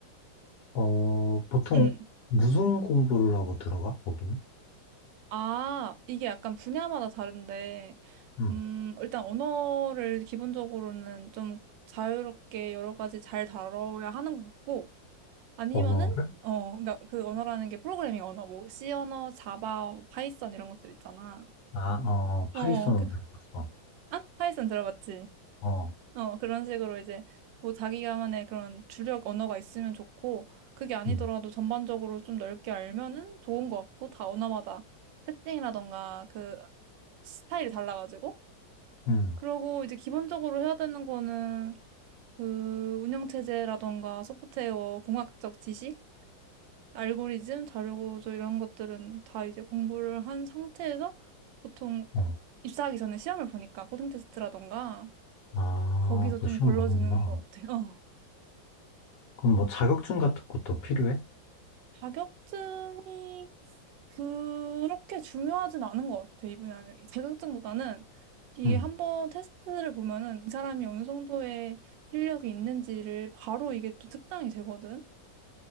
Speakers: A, on the left; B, on the right.
A: 어, 보통
B: 응.
A: 무슨 공부를 하고 들어가, 거기는?
B: 아, 이게 약간 분야마다 다른데,
A: 음.
B: 음, 일단 언어를 기본적으로는 좀 자유롭게 여러 가지 잘 다뤄야 하는 것 같고, 아니면은,
A: 언어를?
B: 어, 그니까 그 언어라는 게 프로그래밍 언어, 뭐, C 언어, 자바, 파이썬 이런 것들 있잖아.
A: 아, 어,
B: 어어,
A: 파이썬은
B: 그,
A: 들어갔어.
B: 아? 파이썬 들어봤지?
A: 어,
B: 어, 그런 식으로 이제 뭐 자기만의 그런 주력 언어가 있으면 좋고, 그게 아니더라도
A: 음,
B: 전반적으로 좀 넓게 알면은 좋은 것 같고, 다 언어마다 특징이라던가 그 스타일이 달라가지고.
A: 음,
B: 그러고 이제 기본적으로 해야 되는 거는 그 운영체제라던가 소프트웨어, 공학적 지식, 알고리즘, 자료구조 이런 것들은 다 이제 공부를 한 상태에서 보통
A: 어.
B: 입사하기 전에 시험을 보니까 코딩 테스트라던가
A: 아,
B: 거기서 좀
A: 또 시험
B: 걸러지는
A: 보는구나.
B: 것 같아요.
A: 그럼 뭐 자격증 같은 것도 필요해?
B: 자격증이 그렇게 중요하진 않은 것 같아, 이 분야는. 이 자격증보다는 이게
A: 음,
B: 한번 테스트를 보면은 이 사람이 어느 정도의 실력이 있는지를 바로 이게 또 특당이 되거든.